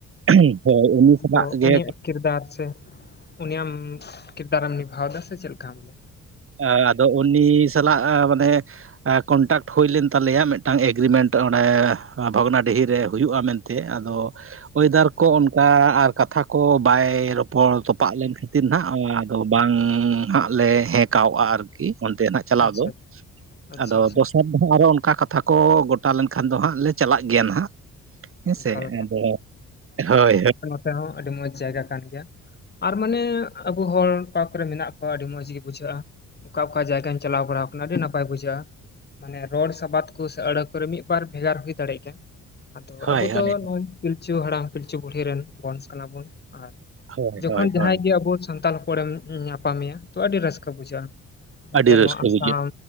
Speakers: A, on the right (about 45°); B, on the left (about 35°).
A: <unintelligible> ᱦᱳᱭ ᱩᱱᱤ
B: ᱟᱫᱚ
A: ᱥᱟᱞᱟᱜ ᱜᱮ
B: ᱩᱱᱤᱭᱟᱜ ᱠᱤᱨᱫᱟᱨ ᱥᱮ ᱩᱱᱤᱭᱟᱢ ᱠᱤᱨᱫᱟᱨᱮᱢ ᱱᱤᱵᱷᱟᱣ ᱫᱟ ᱥᱮ ᱪᱮᱜ ᱞᱮᱠᱟ ᱟᱢᱫᱚ?
A: ᱟ ᱟᱫᱚ ᱩᱱᱤ ᱥᱟᱞᱟᱜ ᱢᱟᱱᱮ ᱟ ᱠᱚᱱᱴᱟᱠᱴ ᱦᱳᱭ ᱞᱮᱱ ᱛᱟᱞᱮᱭᱟ ᱢᱤᱫᱴᱟᱝ ᱮᱜᱽᱨᱤᱢᱮᱱᱴ ᱚᱸᱰᱮ ᱵᱷᱚᱜᱽᱱᱟᱰᱤᱦᱤᱨ ᱨᱮ ᱦᱳᱭᱳᱜᱼᱟ, ᱢᱮᱱ ᱛᱮ ᱟᱫᱚ ᱳᱭᱮᱫᱟᱨ ᱠᱚ ᱚᱱᱠᱟ ᱟᱨ ᱠᱟᱛᱷᱟ ᱠᱚ ᱵᱟᱭ ᱨᱚᱯᱚᱲ ᱛᱚᱯ ᱟᱞᱮ ᱠᱷᱟᱹᱛᱤᱨ ᱱᱟᱦᱟᱜ ᱟᱫᱚ ᱵᱟᱝ ᱦᱟᱸᱜ ᱞᱮ ᱦᱮᱸ ᱠᱚᱜᱼᱟ ᱟᱨᱠᱤ ᱚᱱᱛᱮ ᱱᱟᱦᱱᱟᱜ ᱟᱨᱠᱤ᱾ ᱪᱟᱞᱟᱜ
B: ᱟᱪᱪᱷᱟ
A: ᱫᱚ,
B: ᱟᱪᱪᱷᱟ ᱟᱪᱪᱷᱟ
A: ᱟᱫᱚ
B: ᱟᱪᱪᱷᱟ
A: ᱫᱚᱥᱟᱨ <unintelligible> ᱟᱨᱚ ᱚᱱᱠᱟ ᱠᱟᱛᱷᱟ ᱠᱚ ᱜᱚᱴᱟ ᱞᱮᱱᱠᱷᱟᱱ ᱫᱚ ᱦᱟᱸᱜ ᱞᱮ ᱪᱟᱞᱟᱜ ᱜᱮᱭᱟ ᱱᱟᱦᱟᱜ᱾ ᱦᱮᱸᱥᱮ,
B: ᱮᱠᱟᱞ
A: ᱟᱫᱚ ᱦᱳᱭ ᱦᱳᱭ᱾
B: ᱛᱮᱦᱚᱸ ᱟᱹᱰᱤ ᱢᱚᱸᱡᱽ ᱡᱟᱭᱜᱟ ᱠᱟᱱ ᱜᱮᱭᱟ᱾ ᱟᱨ ᱢᱟᱱᱮ ᱟᱵᱚ ᱦᱚᱲ ᱚᱠᱟ ᱠᱚᱨᱮ ᱢᱮᱱᱟᱜ ᱠᱚᱣᱟ ᱟᱹᱰᱤ ᱢᱚᱸᱡᱽ ᱜᱮ ᱵᱩᱡᱷᱟᱹᱜᱼᱟ᱾ ᱚᱠᱟ ᱚᱠᱟ ᱡᱟᱭᱜᱟᱧ ᱪᱟᱞᱟᱣ ᱵᱟᱲᱟᱣ ᱠᱟᱱᱟ ᱟᱹᱰᱤ ᱱᱟᱯᱟᱭ ᱵᱩᱡᱷᱟᱹᱜᱼᱟ᱾ ᱢᱟᱱᱮ ᱨᱚᱲ ᱥᱟᱵᱟᱫ ᱠᱚ ᱥᱮ ᱟᱹᱲᱟᱹ ᱠᱚᱨᱮ ᱢᱤᱫᱵᱟᱨ ᱵᱷᱮᱜᱟᱨ ᱦᱩᱭ ᱫᱟᱲᱮᱭᱟᱜ ᱜᱮᱭᱟ᱾ ᱟᱫᱚ
A: ᱦᱳᱭ
B: ᱟᱵᱚ
A: ᱦᱳᱭ
B: ᱫᱚ
A: ᱦᱳᱭ
B: ᱱᱚᱜᱼᱚᱭ ᱯᱤᱞᱪᱩ ᱦᱟᱲᱟᱢ ᱯᱤᱞᱪᱩ ᱵᱩᱲᱦᱤ ᱨᱮᱱ ᱵᱚᱱᱥ ᱠᱟᱱᱟ ᱵᱚᱱ ᱟᱨ
A: ᱦᱳᱭ
B: ᱡᱚᱠᱷᱚᱱ
A: ᱦᱳᱭ
B: ᱡᱟᱦᱟᱸᱭ
A: ᱦᱳᱭ
B: ᱜᱮ ᱟᱵᱚ ᱥᱟᱱᱛᱟᱞ ᱦᱚᱲᱯᱮᱢ ᱧᱟᱯᱟᱢᱮᱭᱟ ᱛᱚ ᱟᱹᱰᱤ ᱨᱟᱹᱥᱠᱟᱹ ᱵᱩᱡᱷᱟᱹᱜᱼᱟ᱾ ᱮᱱᱛᱮᱜ
A: ᱟᱹᱰᱤ ᱨᱟᱹᱥᱠᱟᱹ
B: ᱱᱚᱣᱟ ᱟᱥᱟᱢ
A: ᱵᱩᱡᱷᱟᱹᱜ